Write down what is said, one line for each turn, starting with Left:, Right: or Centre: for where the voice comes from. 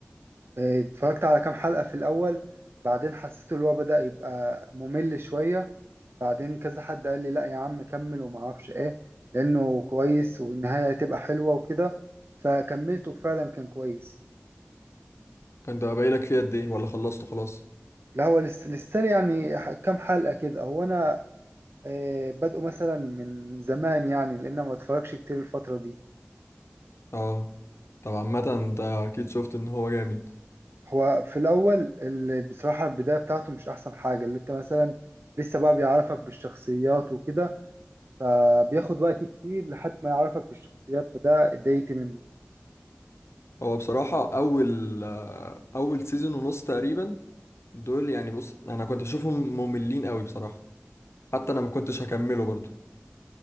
Right: آه، اتفرجت على كام حلقة في الأول بعدين حسيت اللي هو بدأ يبقى ممل شوية بعدين كذا حد قال لي لا يا عم كمل وما اعرفش ايه لأنه كويس والنهاية هتبقى حلوة وكده فكملته فعلا كان كويس
Left: انت باقيلك فيه قد ايه ولا خلصته خلاص
Right: لا هو لسه لسه لي يعني ح- كام حلقة كده هو أنا آه، بادئه مثلا من زمان يعني لأن ما اتفرجش كتير الفترة دي
Left: اه طب عامة انت اكيد شفت ان هو جامد
Right: هو في الأول اللي بصراحة البداية بتاعته مش أحسن حاجة اللي أنت مثلا لسه بقى بيعرفك بالشخصيات وكده فبياخد وقت كتير لحد ما يعرفك بالشخصيات فده اتضايقت منه
Left: هو بصراحة اول آه، اول سيزون ونص تقريبا دول يعني بص انا كنت بشوفهم مملين قوي بصراحة حتى انا ما كنتش هكمله برضو